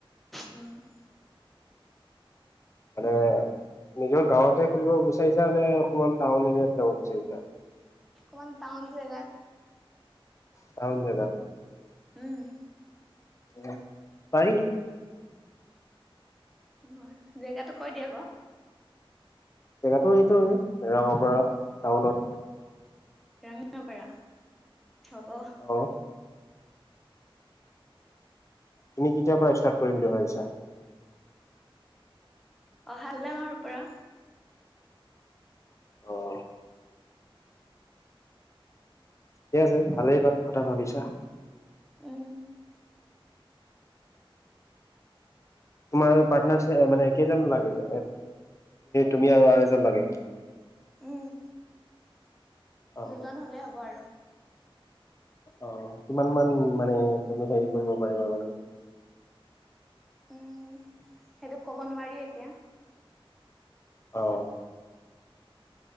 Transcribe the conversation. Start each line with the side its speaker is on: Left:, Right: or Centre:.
Centre: অ'।
Left: মানে নিজৰ গাঁৱতে খুলিব বিচাৰিছা নে, অকমান টাউন এৰিয়াত যাব বিচাৰিছা।
Centre: অকমান টাউন জেগাত।
Left: টাউন জেগাত!
Centre: উম।
Left: উম, পাৰি।
Centre: অ', জেগাটো কৈ দিয়া আকৌ।
Left: জেগাতো এইটোৱে, ৰঙাপৰাত টাউনত।
Centre: ৰ-ৰঙাপৰা, হ'ব।
Left: অ'। তুমি কেতিয়াৰপৰা ষ্টাৰ্ট কৰিম বুলি ভাবিছা?
Centre: অহা <inaudible> মাহৰ পৰা।
Left: অ'। ঠিকে আছে, ভালেই ক-কথা ভাবিছা।
Centre: উম।
Left: তোমাৰ পাৰ্টনাৰচ, মানে একেইজন লাগে। <inaudible> তুমি আৰু এজন লাগে।
Centre: উম।
Left: অ
Centre: দুজন হ'লে হ'ব আৰু।
Left: অ', কিমান মান, মানে তুমি হেৰি কৰিব পাৰিবা মানে।
Centre: উম, সেইটো ক'ব নোৱাৰি এতিয়া।
Left: অ'।